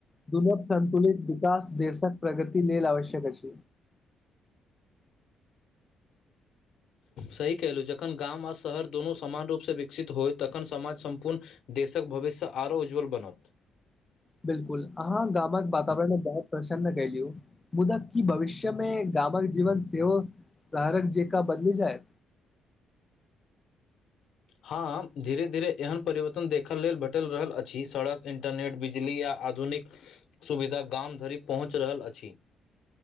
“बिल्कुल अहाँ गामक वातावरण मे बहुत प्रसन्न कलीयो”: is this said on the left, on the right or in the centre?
Left